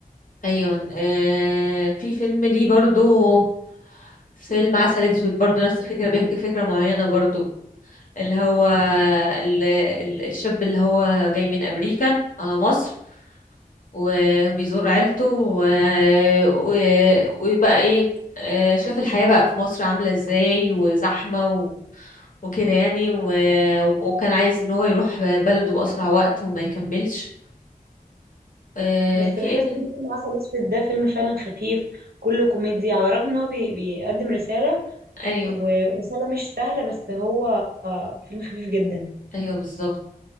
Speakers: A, on the left; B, on the right.
A: ايوه آه في فيلم ليه برضو فيلم عسل اسود برضو نفس الفكره بيحكي فكره معينه برضو اللي هو
B: صح
A: ال- ال- الشاب اللي هو جاي من امريكا على مصر وبيزور عيلته و- و- ويبقى ايه آه، شاف الحياه بقى في مصر عامله ازاي وزحمه و- وكده يعني و- وكان عايز ان هو يروح بلده باسرع وقت وما يكملش آه،
B: بس
A: في
B: بحس
A: ايه فيلم
B: ان فيلم عسل اسود ده فيلم فعلا خفيف كله كوميدي على الرغم ان هو بي... بيقدم رساله
A: ايوه
B: ورساله مش سهله بس هو آه، فيلم خفيف جدا
A: ايوه بالظبط